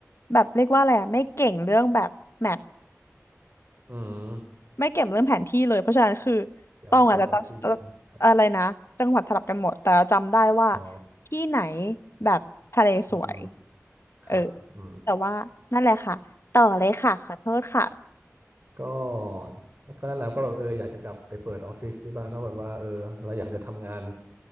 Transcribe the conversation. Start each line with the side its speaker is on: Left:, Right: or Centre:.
Left: แบบเรียกว่าอะไรอะไม่เก่งเรื่องแบบแมป
Right: อืม
Left: ไม่เก่งเรื่องแผนที่เลยเพราะฉะนั้นคือ
Right: เดี๋ยว
Left: ตองอาจจะจำอะไรนะจังหวัดสลับกันหมดแต่จำได้ว่า
Right: geography ใช่ไหมครับอ๋อ
Left: ที่ไหนแบบทะเลสวย
Right: อืมอืมครับอืม
Left: เออแต่ว่านั่นแหละค่ะต่อเลยค่ะขอโทษค่ะ
Right: ก็ก็นั่นแหละก็แบบเอออยากจะกลับไปเปิดออฟฟิศที่บ้านเพราะแบบว่าเออเราอยากจะทำงาน